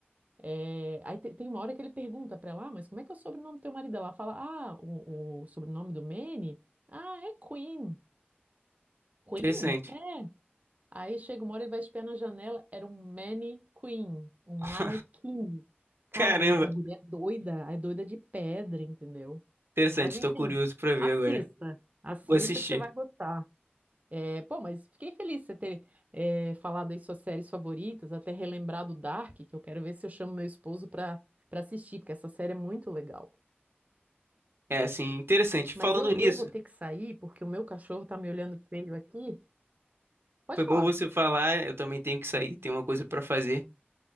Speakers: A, on the right; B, on the right.
A: É, aí te- tem uma hora que ele pergunta pra ela, "Ah, mas como é que é o sobrenome do teu marido? Ela fala, ah, o, o sobrenome do Manny? Ah, é Queen. Queen?
B: interessante.
A: É. Aí chega uma hora, ele vai espiar na janela, era um Queen, um
B: <laughs>
A: manequim. Cara,
B: Caramba,
A: a gu- a guria é doida, é doida de pedra, entendeu?
B: interessante.
A: Mas
B: Estou
A: enfim,
B: curioso pra ver
A: assista,
B: agora.
A: assista
B: Vou assistir.
A: que você vai gostar. É, pô, mas fiquei feliz de você ter é, falado aí suas séries favoritas, até relembrado Dark, que eu quero ver se eu chamo meu esposo pra, pra assistir, porque essa série é muito legal.
B: É, assim, interessante. Falando
A: Mas eu,
B: nisso,
A: eu vou ter que sair, porque o meu cachorro tá me olhando feio aqui. Pode
B: foi bom
A: falar,
B: você falar. Eu também tenho que sair, tenho uma coisa pra fazer.